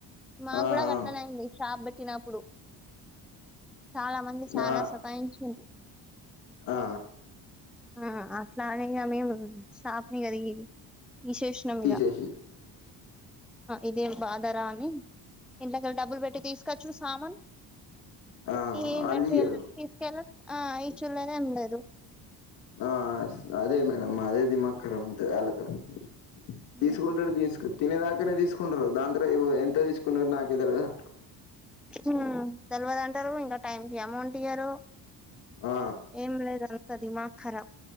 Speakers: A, in the centre; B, on the left (about 80°).
A: మాకు
B: ఆ
A: కూడా
B: ఆ
A: గాట్లనే అయింది షాప్ పెట్టినప్పుడు చాలా మంది
B: నా
A: చాలా సతాయించిండ్లు
B: ఆ
A: ఆ అట్లనే ఇగ మేము షాప్ ఇగ తి తీసేసినం
B: తీసేసిర్రు
A: ఇగ ఆ ఇదేం బాధరా అని ఇంట్లోకెలి డబ్బులు పెట్టి తీసుక్ కోవచ్చు సామాన్
B: ఆ
A: ఈ
B: ఆళ్ళియ్యరు
A: మెటీరియల్ ఈ కేల్ ఆ ఇచ్చుడులేదు ఏం లేదు
B: ఆ స్ అదే మేడంమ్ అదే దిమాక్ ఖరాబ్ ఉంటది అళ్ళతోని
A: లేదు
B: తీసుకుంటారు తీసుక్ తినేదాకానే తీసుకుంటారు దాని తర్వాత ఏవో ఎంతో తీసుకునో నాకే తెలవదంటరు
A: ఉ తెలవదంటరు ఇంకా టైం కి అమౌంట్ ఇయ్యరు
B: ఆ
A: ఏం లేదు అంత దిమాక్ ఖరాబ్